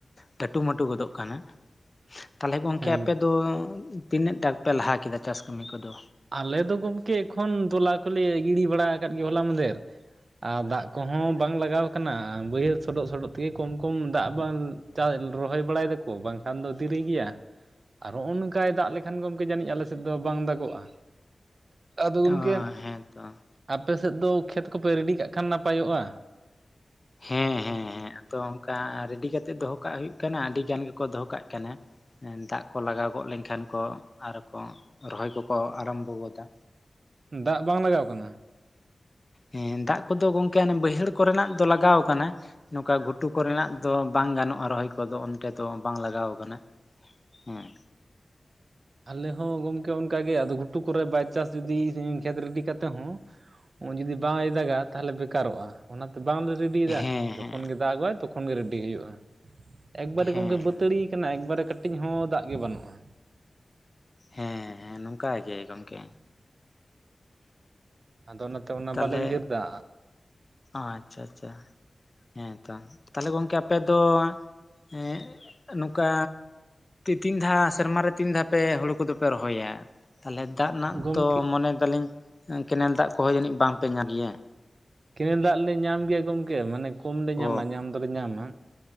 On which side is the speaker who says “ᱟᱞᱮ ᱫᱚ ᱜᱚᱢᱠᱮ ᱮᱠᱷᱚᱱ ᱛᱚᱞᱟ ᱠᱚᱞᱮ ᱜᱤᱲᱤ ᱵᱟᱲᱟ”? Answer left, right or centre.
Right